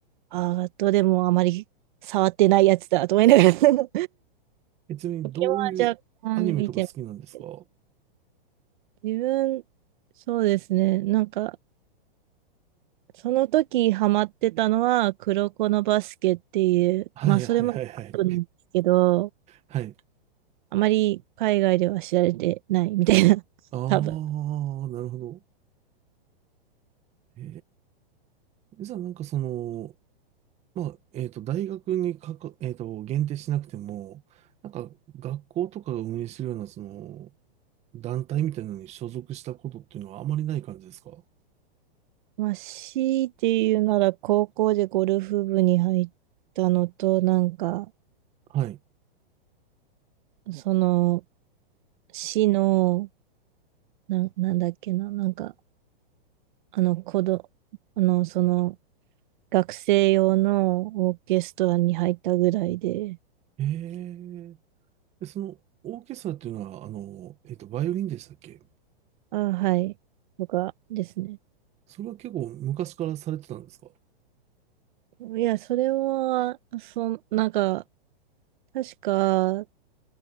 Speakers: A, on the right (about 55°); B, on the right (about 20°).
A: ああ、どれもあまり触ってないやつだと思いながら <laughs>
B: え、ちなみにどういうアニメとか好きなんですかは
A: ポケモンは若干見てますけど自分、そうですね。なんか、その時ハマってたのは、黒子のバスケっていう、
B: い、
A: まあ、
B: はい、
A: それもアップなんですけど、
B: はい、はい。はい。
A: あまり海外では知られてないみたいな、<laughs>
B: ああ、
A: 多分。
B: なるほど。えー、じゃあなんかその、まあ、えっと、大学にかか、えっと、限定しなくても、なんか学校とかが運営してるような、その、団体みたいなのに所属したことっていうのはあまりない感じですか
A: まあ、強いて言うなら、高校でゴルフ部に入ったのと、なんか、
B: はい。
A: その、市の、な、なんだっけな、なんか、あの、子ど、あの、その、学生用のオーケストラに入ったぐらいで、
B: ええで、その、オーケストラっていうのは、あの、えっと、バイオリンでしたっけ
A: あ、はい。とかですね。
B: それは結構昔からされてたんですか
A: いや、それは、そん、なんか、確か、